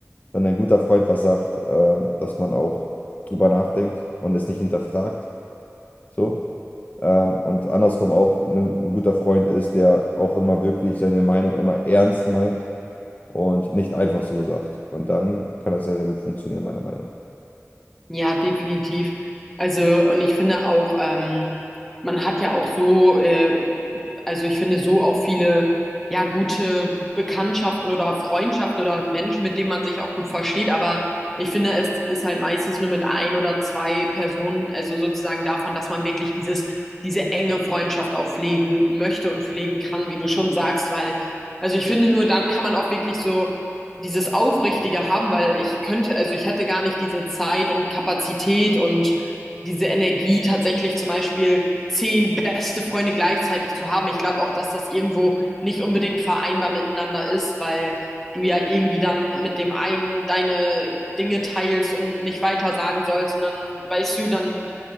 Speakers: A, on the left; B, in the centre.
A: wenn ein guter Freund was sagt, ähm, dass man auch drüber nachdenkt und es nicht hinterfragt, so. Ähm, und andersrum auch ne, ein, guter Freund ist, der auch immer wirklich seine Meinung immer ernst meint und nicht einfach so sagt. Und dann kann das sehr, sehr gut funktionieren, meiner Meinung nach.
B: Ja, definitiv. Also, und ich finde auch, ähm, man hat ja auch so, äh, also ich finde so auch viele, ja, gute Bekanntschaften oder Freundschaften oder Menschen, mit denen man sich auch gut versteht. Aber ich finde, es ist halt meistens nur mit ein oder zwei Personen, also sozusagen davon, dass man wirklich dieses, diese enge Freundschaft auch pflegen möchte und pflegen kann, wie du schon sagst, weil, also ich finde, nur dann kann man auch wirklich so dieses Aufrichtige haben, weil ich könnte, also ich hätte gar nicht diese Zeit und Kapazität und diese Energie tatsächlich zum Beispiel zehn beste Freunde gleichzeitig zu haben. Ich glaube auch, dass das irgendwo nicht unbedingt vereinbar miteinander ist, weil du ja irgendwie dann mit dem einen deine Dinge teilst und nicht weiter sagen sollst und dann weißt du, dann